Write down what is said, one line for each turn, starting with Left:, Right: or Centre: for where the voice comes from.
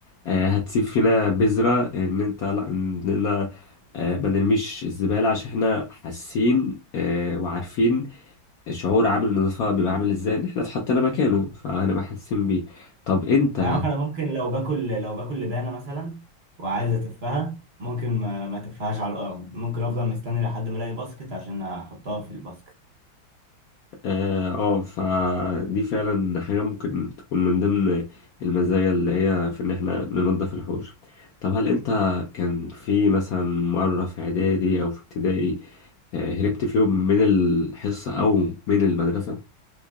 Left: آه، هتسيب فينا بذرة إن أنت لأ إننا آه، ما نرميش الزبالة عشان إحنا حاسين آه، وعارفين شعور عامل النظافة بيبقى عامل إزاي إن إحنا اتحطينا مكانه فهنبقى حاسين بيه طب أنت
Right: يعني عارف انا ممكن لو باكل لو باكل لبانة مثلا وعايز اتفها ممكن ما, ما تفهاش على الارض ممكن افضل مستني لحد ما الاقي باسكت عشان احطها في الباسكت
Left: اه آه، فدي فعلا حاجة ممكن تكون من ضمن المزايا اللي هي في ان احنا ننظف الحوش طب هل انت كان في مثلا مرة في اعدادي او في ابتدائي آه، هربت في يوم من الحصة او من المدرسة